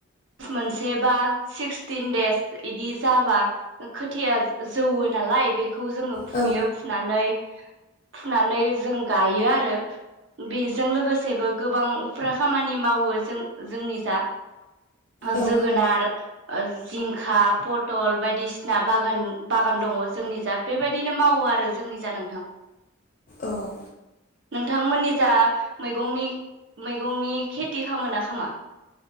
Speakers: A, on the right (about 60°); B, on the left (about 35°).
A: से मोनसे बा सिक्सटिन देस इदि जाबा ओ खो थिया जौवो नालाय बेखौ जोंङो
B: औ
A: फुयो फुनानै फुनानै जों गायो आरो बेजों लोगोसेबो गोबां उफ्रा खामानि मावो जों जोंनि जा ओ
B: औ
A: जोगोनार ओ जिंखा पथल बायदिसिना बागान बागान दंङ जोंनि जा बेबायदिनो मावो आरो जोंनि जा नोंथां
B: औ
A: नोंथांमोननि जा मैगंनि मैगंनि खेथि खामो ना खामा!